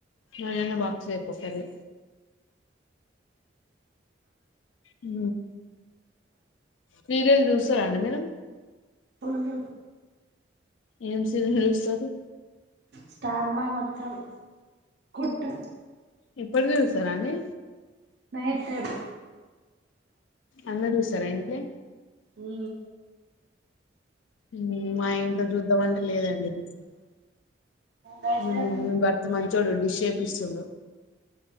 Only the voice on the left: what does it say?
న ఎన్న బాక్స్ తేపో కర్రీ ఉ సీరియల్ చూస్తారా అండి మీరు
ఏం సీరియల్ చూస్తారు
ఇప్పటికీ చూస్తారా అండి
అందరు చూస్తారా ఇంట్లే
ఉ మా ఇంట్ల చూద్దామంటే లేదండి ఇది
ఉ
మీ భర్త మంచోడు డిష్ ఏపిస్తుండు